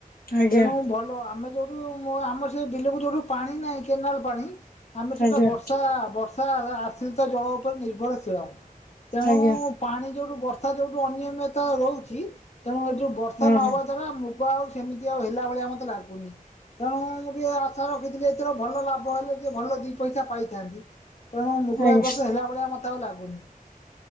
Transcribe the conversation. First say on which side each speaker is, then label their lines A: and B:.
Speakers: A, on the left; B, on the left.
A: ଆଜ୍ଞା
B: ତେଣୁ ଭଲ ଆମେ ଯେଉ ଉ ଆମର ସେ ବିଲକୁ ଯୋଉଠୁ ପାଣି ନାହିଁ କେନାଲ ପାଣି। ଆମେ ସେଟା
A: ଆଜ୍ଞା।
B: ବର୍ଷା ବର୍ଷା ଆଶ୍ରିତ ଜଳ ଉପରେ ନିର୍ଭରଶୀଳ। ତେଣୁ
A: ଆଜ୍ଞା
B: ପାଣି ଯୋଉଠୁ ବର୍ଷା ଯୋଉଠୁ ଅନିୟମିତ ହୋଉଛି ତେଣୁ ଏଠୁ ବର୍ଷା
A: ହଁ ହଁ
B: ଧର ମୁଗ ଆଉ ସେମିତି ଆଉ ହେଲା ଭଳିଆ ମତେ ଲାଗୁନେହିଁ। ତେଣୁ ମୁଁ ଟିକିଏ ଆଶା ରଖିଥିଲି ଏଥର ଭଲ ଲାଭ ହେଲେ ଟିକେ ଭଲ ଦି ପଇସା ପାଇଥାନ୍ତି। ତେଣୁ ମୁଗ
A: ଆଜ୍ଞା
B: ଏ ବର୍ଷ ହେଲା ଭଳିଆ ମତେ ଆଉ ଲାଗୁନି।